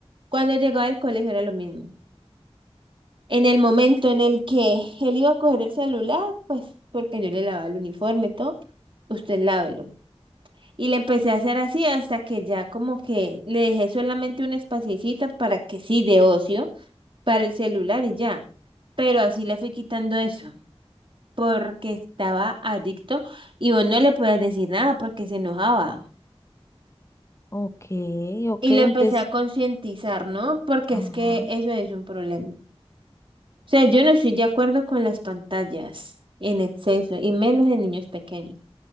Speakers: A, on the right; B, on the left.
A: Cuando llegaba al colegio era lo mismo. En el momento en el que él iba a coger el celular, pues porque yo le lavaba el uniforme, todo, usted lávelo. Y le empecé a hacer así hasta que ya como que le dejé solamente un espaciecito para que sí, de ocio, para el celular y ya. Pero así le fui quitando eso porque estaba adicto y vos no le podías decir nada porque se enojaba.
B: Ok, ok,
A: Y
B: entonces,
A: lo empecé a concientizar, ¿no? Porque
B: ajá,
A: es que eso es un problema. O sea, yo no estoy de acuerdo con las pantallas en exceso y menos en niños pequeños.